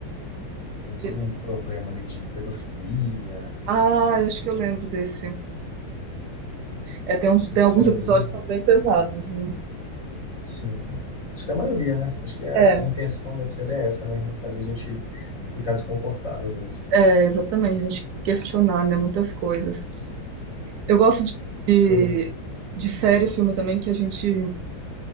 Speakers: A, on the left; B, on the right.
A: ele tem todo
B: Que-
A: um problema ali de pedofilia.
B: Ah, eu acho que eu lembro desse. É, tem uns, tem
A: Isso
B: alguns
A: era
B: episódios
A: bem.
B: que são bem pesados, né?
A: Sim. Acho que a maioria, né? Acho que a,
B: É,
A: a intenção da série é essa, né? É fazer a gente ficar desconfortável mesmo.
B: é, exatamente. A gente questionar, né, muitas coisas. Eu gosto de, de,
A: Pois é.
B: de série e filme também que a gente,